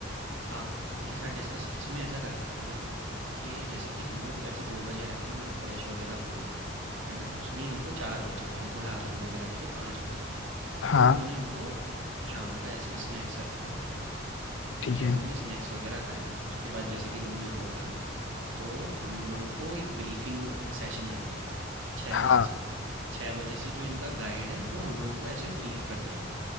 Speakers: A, on the right; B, on the left.
A: आप उनके साथ डिस्कस इसमें ऐसा कर सकते हैं हम कि जैसे कि हम लोग ऐसे दो बजे आए थे हम रिफ़्रेश वगैरह हुए है ना उसमें ही हमको चार बज गए हैं थोड़ा आराम वगैरह किया पाँच बज गए हैं
B: हाँ
A: तो इन लोगों ने हमको शाम का ऐसे स्नैक सर्व कर दिया है
B: ठीक
A: ठीक है
B: है
A: हमने स्नैक्स वगैरह खाए उसके बाद जैसे कि तुमने बोला तो हम लोगों को एक ब्रीफिंग सेशन रख देंगे छः
B: हाँ
A: बजे से छः बजे से जो इनका गाइड है वो हम लोगों को ऐसे ब्रीफ कर देगा